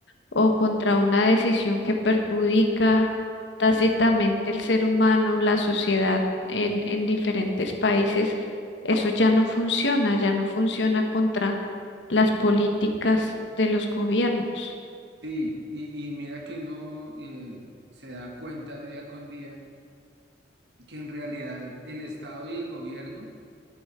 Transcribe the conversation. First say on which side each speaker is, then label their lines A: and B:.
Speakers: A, on the left (about 80°); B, on the right (about 70°).
A: o contra una decisión que perjudica tácitamente el ser humano, la sociedad en, en diferentes países, eso ya no funciona, ya no funciona contra las políticas de los gobiernos.
B: Sí, y, y mira que uno eh, se da cuenta día con día que en realidad el Estado y el gobierno